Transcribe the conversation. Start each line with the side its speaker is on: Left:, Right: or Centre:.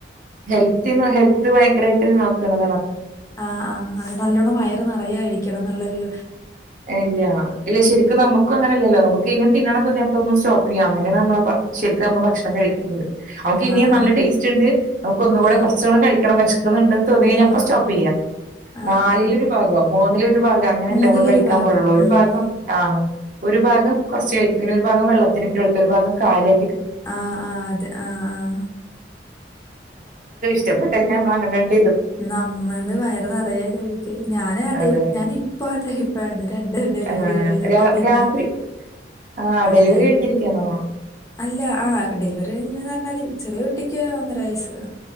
Right: ഹെൽത്തി ഹെൽത്ത് ഭയങ്കരമായിട്ട് നോക്കണം
Left: ആഹ ആഹ അത് നല്ലോണ്ണം വയറ് നിറയെ കഴിക്കണം എന്നുള്ളരു
Right: അല്ല ഇല്ല ശരിക്കും നമുക്ക് നും അങ്ങന അല്ലോ നമുക്ക്നിയ തിന്നണം തോന്നിയപ്പോ സ്റ്റോപ്പ് ചെയ്യ അങ്ങനെയാണ് നമ്മ ശരിക്കും നമ്മള് ഭക്ഷണം കഴിക്കണ്ടുന്നത് അവക്ക്
Left: ആഹ്
Right: ഇനിയ നല്ല
Left: ആഹ്
Right: ടേസ്റ്റ് ഉണ്ട് അവൾക്ക് ഒന്നുകൂടെ
Left: ആഹ്
Right: കുറച്ചുകൂടെ കഴിക്കണംവിശപ്പ് ശക്കുന്നുണ്ട് ന്ന് തോന്നിക്കഴിഞ്ഞ
Left: ആഹ്
Right: അപ്പ സ്റ്റോപ്പ് ചെയ്യാം
Left: ആഹ്
Right: നാലിലൊരു
Left: ആഹ്
Right: ഭാഗോ മൂന്നിലൊരു ഭാഗോ അങ്ങനല്ലേ
Left: മൂന്നിലൊരു
Right: നമ്മ കഴിക്കാ
Left: ഭാഗം
Right: ക്കാൻ പടുള്ളൂ ഒരു
Left: ഉം
Right: ഭാഗം
Left: ഉം
Right: ആഹ ഒരു ഭാഗം കുറച്ച കഴിക്കും പിന്നെ ഒരു ഭാഗം വെള്ളത്തിലിട്ട് കൊടുക്ക ഒരു ഭാഗം കലി
Left: ആഹ ആഹ് അതെ ആഹ് ആഹ
Right: ഇഷപ്പെട്ട ഞാൻ വാങ്ങണണ്ട്
Left: നമ്മള് വയറ് നിറയ കഴിക്ക ഞാന ആ ടൈപ്പ്
Right: അതെ
Left: ഞാന ഇപ്പ ആ ടൈപ്പ ആണ് രണ്ട് ഡെലിവറി
Right: ആഹ്
Left: കഴിഞ്ഞപ്പോ
Right: രാ
Left: പിന്നെ
Right: രാത്രി ആഹ്
Left: അങ്ങനെയായി
Right: ഡെലിവറി കഴിഞ്ഞിരിക്കാണോ
Left: അല്ല ആ ഡെലിവറികഴിഞ്ഞെന്ന് പറഞ്ഞാല് ചെറിയ കുട്ടിക്ക് ഒന്നര വയസ്സ്